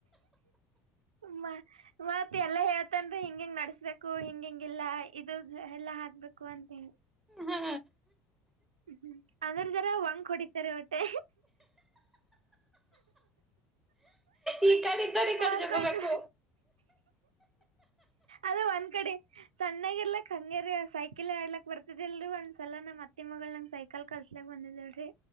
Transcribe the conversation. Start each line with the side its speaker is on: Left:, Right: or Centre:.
Right: ಮ ಮತ್ತ ಎಲ್ಲಾ ಹೇಳತಿನಿ ರಿ ಹಿಂಗ ಹಿಂಗ್ ನಡಸಬೇಕು ಹಿಂಗ ಹಂಗ ಇಲ್ಲ ಇದು ಎಲ್ಲಾ ಹಾಕಬೇಕು ಅಂತನಿ
Centre: ಹಾ
Right: ಹ್ಮ ಅದರದರ್ ಒಂದ ಕೂಡಿತಾರೆ ವಟ್ಟೆ
Centre: ಈ ಕಡೆ
Right: ವಂಕ್
Centre: ಜಕ್ಕೋಬೇಕು
Right: ಹೊಡಿತಾರೆ ಅದ ಒಂದ್ ಕಡೆ ಸಣ್ಣಾಗ ಇರ್ಲಕ್ ಹಂಗಗೆ ರೀ ಸೈಕಲ್ ಆಡ್ಲಕ್ ಬರ್ತಿದಿಲ್ರಿ ಒಂದ ಸಲಾ ನಮ್ಮ್ ಅತ್ತಿ ಮಗಳ ನಂಗ ಸೈಕಲ್ ಕಲಸಕ್ ಬಂದಿದಿಲ್ರರಿ